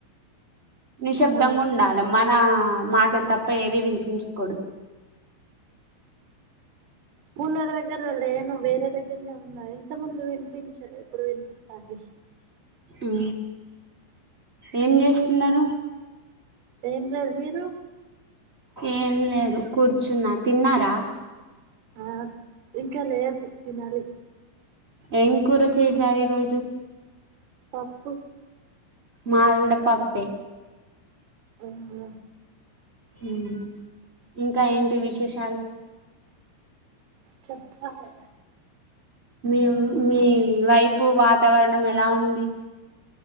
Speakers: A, on the right (about 25°); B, on the right (about 75°).
A: నిశ్శబ్దంగా
B: ఆ
A: ఉండాలి మన మాటలు తప్ప ఏవి వినిపించకూడదు
B: కూలర్ దగ్గర లేను వేరే దగ్గరనే ఉన్నా ఇంత ముందు వినిపించలే ఇప్పుడు వినిపిస్తాంది
A: ఉ ఏం చేస్తున్నారు
B: ఏం లేదు మీరు
A: ఏం లేదు కూర్చున్నా తిన్నారా
B: ఆ ఇంకా లేదు తినాలి
A: ఏం కూర చేసారు ఈరోజు
B: పప్పు
A: మాది కూడా పప్పే
B: ఉమ్
A: ఉమ్ ఇంకా ఏంటి విశేషాలు
B: చెప్పాలి
A: మీ మీ వైపు వాతావరణం ఎలా ఉంది